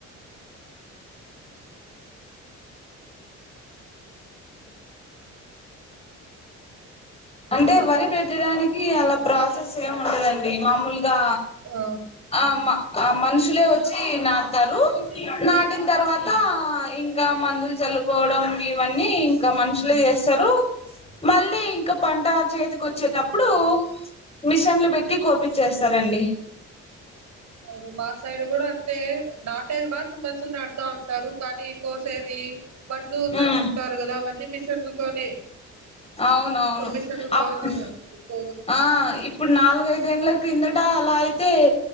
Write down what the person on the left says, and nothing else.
అంటే వరి పెట్టడానికి అలా ప్రాసెస్ ఏమి ఉండదండి మామూలు గా
ఆ ఆ మనుషులే వచ్చి తి నాటుతారు నాటిన తర్వాత
ఇంకా మందులు చల్లుకోవడం ఇవన్నీ ఇంకా మనుషులే
చేస్తారు మళ్ళీ ఇంకా పంట చేతికి వచ్చేటప్పుడు మిషన్లు పెట్టి కోపిచ్చేస్తారండి
ఉమ్
అవునవును
అప్
ఆ ఇప్పుడు నాలుగు ఐదు ఏళ్లు కిందట అలా అయితే